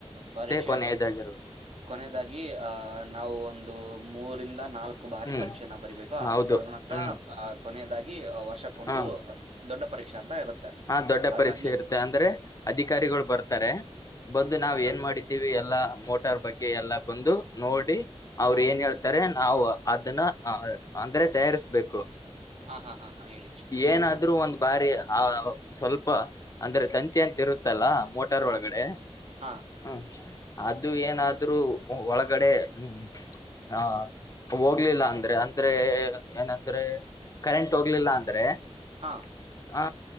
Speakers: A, on the right; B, on the left.
A: ಪರೀಕ್ಷೆ
B: ಕೊನೆಯದಾಗಿರೋದು
A: ಕೊನೆಯದಾಗಿ ಆ ನಾವು ಒಂದ್ ದು ಮೂರಿಂದ ನಾಲ್ಕ್ ಕು ಬಾರಿ
B: ಹ್ಮ್
A: ಪರೀಕ್ಷೆ ನ ಬರಿಬೇಕು ಆ
B: ಹೌದು
A: ತದ ನಂತರ
B: ಹ್ಮ್
A: ಆ ಕೊನೆಯದಾಗಿ ವರ್ಷಕ್ಕೊಂದು
B: ಹಾ
A: ದೊಡ್ಡ ಪರೀಕ್ಷೆ ಅಂತ ಇರುತ್ತೆ
B: ಹಾ ದೊಡ್ಡ
A: ಅದ್ರಲ್ಲಿ
B: ಪರೀಕ್ಷೆ ಇರುತ್ತೆ ಅಂದ್ರೆ ಅಧಿಕಾರಿಗಳು ಬರ್ತಾ ಬಂದು ನಾವ್
A: ಹ ಹ ಹ
B: ಏನ್ ಮಾಡಿದ್ದೀವಿ ಎಲ್ಲಾ ಹಾ ಮೋಟಾರ್ ಬಗ್ಗೆ ಎಲ್ಲಾ ಬಂದು ನೋಡಿ ಅವ್ರ
A: ಹ್ಮ್
B: ಏನ್ ಎಳ್ತಾರೆ. ನಾವು ಅದನ್ನ ಅ ಅಂದ್ರೆ ತಯಾರಿಸ್ಬೇಕು
A: ಹಾ ಹಾ ಹಾ ಹಾ ಹೇಳಿ
B: ಏನ ರು ಒಂದ ಬಾರಿ ಆ ಸ್ವಲ್ಪ ಅಂದ್ರೆ ತಂತಿ ಅಂತ ಇರುತ್ತಲ್ಲಾ ಮೋಟಾರ್
A: ಹಾ
B: ಒಳಗಡೆ
A: ಹಾ
B: ಹ್ಮ ಸ್ ಅದು ಏನಾದ್ರೂ ಒಳಗಡೆ ಹ್ಮ್ ಆ ಹೋಗ್ಲಿಲ್ಲಾ ಅಂದ್ರೆ ಅಂದ್ರೆ ಏನಂದ್ರೆ ಕರೆಂಟ್ ಹೋಗ್ಲಿಲ್ಲಾ ಅಂದ್ರೆ.
A: ಹಾ
B: ಹ